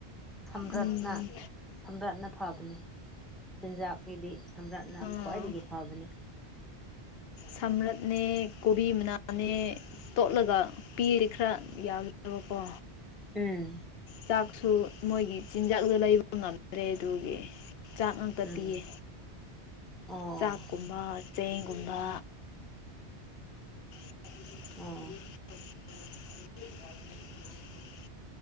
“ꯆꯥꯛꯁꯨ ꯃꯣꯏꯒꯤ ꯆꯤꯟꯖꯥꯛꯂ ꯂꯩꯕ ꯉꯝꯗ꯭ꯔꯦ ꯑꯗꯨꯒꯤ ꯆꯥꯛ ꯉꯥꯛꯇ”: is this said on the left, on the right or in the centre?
Left